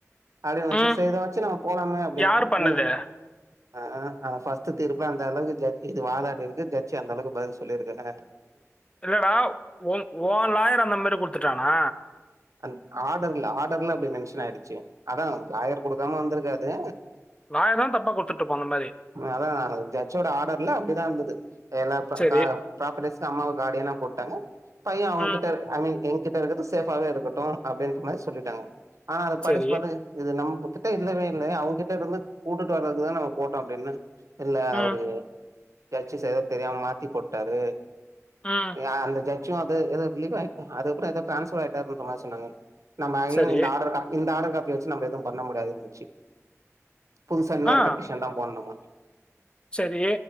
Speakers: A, on the right; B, on the left.
A: அப்படினு நினச்சு
B: ம்
A: செர் இத வச்சு நம்ம போலாமே அப்படின்னு
B: யார் பண்ணது
A: இல்ல ஆ ஆ அத ஃபஸ் த்து தீர்பு அந்த அளவுக்கு ஜட்ஜ் இது வாதாடி இருக்கு ஜட்ஜ் அந்தளவு பதில் சொல்லியிருக்காரு
B: இல்லடா ஒன் ஓன் லாயர் அந்த மாரி குடுத்துட்டானா
A: அந்த ஆர்டர்ல ஆர்டர்ல அப்டி மென்ஷன் ஆயிடுச்சு அதான் லாயர் கொடுக்காம வந்திருக்காது
B: நாயேதா தப்பா கொடுத்துட்டுப்போ அந்த மாரி
A: அதா ஜட்ஜோட ஆர்டர்ல அப்டிதா இருந்தது எல்லா
B: சரி
A: கா ப்ராப்பர்ட்டீஸ் அம்மாவ காடியனா போட்டாங்க பையன் அவுங்கிட்ட
B: ம்
A: அவிங் எங் கிட்ட இருக்கது சேஃபாவே இருக்கட்டு அப்டின்ற மாரி சொல்லிட்டாங்க ஆனா அத படிச்சு
B: சரி
A: பா இது நம்மகிட்ட இல்லவே இல்ல அவுங்கிட்டருந்து கூட்டுட்டு வர்றதுக்குதா நா போட்டோ அப்டின்ன இல்ல
B: ம்
A: அவரு ஜட்ஜ் சரியா தெரியாம மாத்தி போட்டாரு
B: ஆ
A: எ அந்த ஜச்சு அது எதோ ரிலீவ் ஆயிட்டா அதுக்கப்றோ எதோ டிரான்ஸ்ஃபர் ஆயிட்டாருனு சொன்னா சொன்னாங்க நம்ம ஆகெய்ன்
B: சரி
A: இந்த ஆர்டர் காப்பி இந்த ஆர்டர் காப்பி வெச்சு நம்ம எதுவும் பண்ண முடியாதுன்னுச்சு புதுசா இன்னொரு
B: ஆ
A: பெட்டிஷன்தா போடணுமா
B: சரி